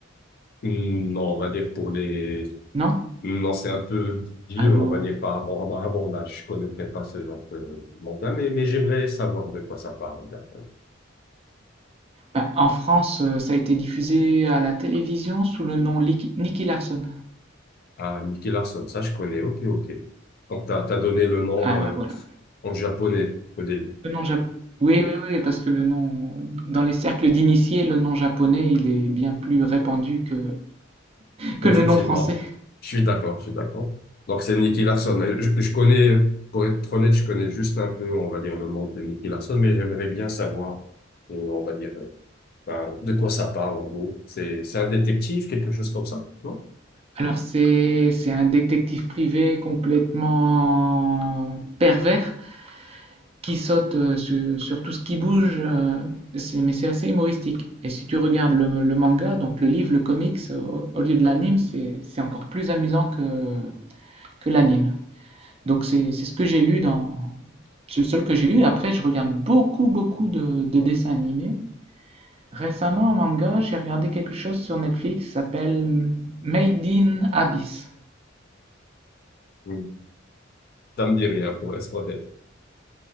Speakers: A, on the left (about 50°); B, on the right (about 30°).
A: Hmm, Non, on va dire pour les...
B: Non?
A: Non, c'est un peu vieux,
B: Allô?
A: on va dire, par rapport à mon à mon âge. Je connaîtrais pas ce genre de de manga, mais, mais j'aimerais savoir de quoi ça parle. d'accord.
B: Bah, en France, euh, ça a été diffusé à la télévision sous le nom Lick- Nicky Larson.
A: Ah, Nicky Larson, ça je connais, ok, ok. Donc, t'as, t'as donné le nom
B: Ah bah
A: euh,
B: voilà.
A: en japonais au début.
B: Le nom japonais. Oui, oui, oui, parce que le nom, dans les cercles d'initiés, le nom japonais, il est bien plus répandu que que
A: Effectivement,
B: le nom français.
A: je suis d'accord, je suis d'accord. Donc c'est Nicky Larson. Euh, Je, je connais, pour être honnête, je connais juste un peu, on va dire, le monde de Nicky Larson, mais j'aimerais bien savoir, euh, on va dire, euh, ben, de quoi ça parle en gros. C'est, c'est un détective, quelque chose comme ça, non?
B: Alors c'est c'est un détective privé complètement pervers qui saute euh, sur, sur tout ce qui bouge, euh, c'est- mais c'est assez humoristique. Et si tu regardes le, le manga, donc le livre, le comics, au, au lieu de l'anime, c'est c'est encore plus amusant que, que l'anime. Donc c'est c'est ce que j'ai lu dans... C'est le seul que j'ai lu. Après, je regarde beaucoup, beaucoup de, de dessins animés. Récemment, en manga, j'ai regardé quelque chose sur Netflix qui s'appelle Made in Abyss.
A: Mm. Ça me dit rien, pour être honnête.